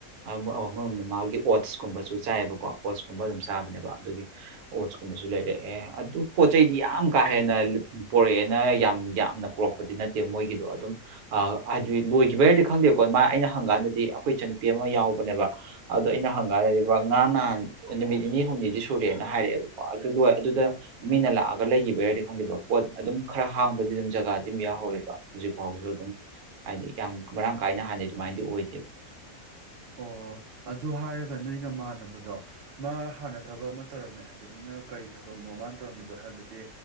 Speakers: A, on the right (about 80°); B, on the right (about 60°).
A: ꯑꯃꯃꯝ ꯃꯥꯒꯤ ꯑꯣꯠꯁꯀꯨꯝꯕꯁꯨ ꯆꯥꯏꯑꯕꯀꯣ ꯑꯣꯠꯁꯀꯨꯝꯕ ꯑꯗꯨꯝ ꯆꯥꯕꯅꯦꯕ ꯑꯗꯨꯒꯤ ꯑꯣꯠꯁ ꯀꯨꯝꯕꯁꯨ ꯂꯩꯔꯛꯑꯦ ꯑꯗꯨ ꯄꯣꯠ ꯆꯩꯗꯤ ꯌꯥꯝ ꯀꯥ ꯍꯦꯟꯅ ꯄꯣꯔꯛꯑꯦꯅ ꯌꯥꯝ ꯌꯥꯝꯅ ꯄꯂꯛꯄꯗꯤ ꯅꯠꯇꯦ ꯃꯣꯏꯒꯤꯗꯣ ꯑꯗꯨꯝ ꯑ ꯍꯥꯏꯗꯤ ꯂꯣꯏꯈꯤꯕ ꯍꯥꯏꯔꯗꯤ ꯈꯪꯗꯦꯕꯀꯣ ꯃꯥ ꯑꯩꯅ ꯍꯪꯀꯥꯟꯗꯗꯤ ꯑꯩꯈꯣꯏ ꯏꯆꯟꯅꯨꯄꯤ ꯑꯃ ꯌꯥꯎꯕꯅꯦꯕ ꯑꯗꯨꯗꯣ ꯑꯩꯅ ꯍꯪꯒꯗꯕ ꯉꯔꯥꯡ ꯅꯍꯥꯟ ꯅꯨꯃꯤꯠ ꯅꯤꯅꯤ ꯍꯨꯝꯅꯤꯗꯤ ꯁꯨꯔꯦꯅ ꯍꯥꯏꯔꯛꯑꯦꯕꯀꯣ ꯑꯗꯨ ꯂꯣꯏ ꯑꯗꯨꯗ ꯃꯤꯅ ꯂꯥꯛꯑꯒ ꯂꯩꯈꯤꯕ ꯌꯥꯔꯗꯤ ꯈꯪꯗꯦꯕ ꯄꯣꯠ ꯑꯗꯨꯝ ꯈꯔ ꯍꯥꯡꯕꯗꯤ ꯑꯗꯨꯝ ꯖꯒꯥꯗꯤ ꯑꯗꯨꯝ ꯌꯥꯎꯍꯧꯋꯦꯕ ꯍꯧꯖꯤꯛꯐꯥꯎꯁꯨ ꯑꯗꯨꯝ ꯍꯥꯏꯗꯤ ꯌꯥꯝ ꯃꯔꯥꯡ ꯀꯥꯏꯅ ꯍꯥꯟꯅ ꯑꯗꯨꯃꯥꯏꯅꯗꯤ ꯑꯣꯏꯗꯦꯕ
B: ꯑꯣ ꯑꯗꯨ ꯍꯥꯏꯔꯒ ꯅꯣꯏꯅꯃꯥꯟꯅꯕꯗꯣ ꯃꯥ ꯍꯥꯟꯅ ꯊꯕꯛ ꯑꯃ ꯇꯧꯔꯝꯃꯦ ꯍꯥꯏꯕꯗꯨꯅ ꯀꯔꯤ ꯊꯕꯛꯅꯣ ꯃꯥꯅ ꯇꯧꯔꯝꯃꯤꯗꯣ ꯍꯥꯏꯕꯗꯤ